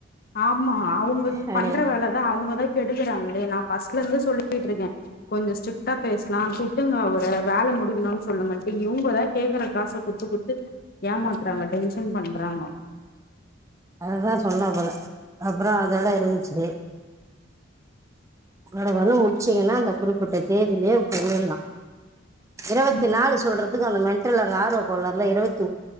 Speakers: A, on the left; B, on the right.
A: ஆமா அவங்க
B: அப்டின்னு
A: பண்ற வேலதா அவங்கதா கெடுக்குறாங்களே நா பஸ் ஃபர்ஸ்ட் ல இருந்து சொல்லிட்டுருக்கேன் கொஞ்ச ஸ்டிரிக்டா பேசு நா திட்டுங்க அவுர வேல முடி கன்னு சொல்லுங்கன்டு இவுங்தா கேக்குற காச குத்து குத்து ஏமாத்றாங்க டென்ஷன் பண்றாங்கோ
B: அதுதா சொன்னா போல அப்றோ அதோட இருஞ்ட்சி கடகடணு முச்சீங்னா அந்த குறிப்புட்ட தேதியிலே போயில்லாம் இருவத்திநாலு
A: ம்
B: சொல்றத் இதுக்கன மென்டல் அங்க ஆர்வகோளர்ல இரவத்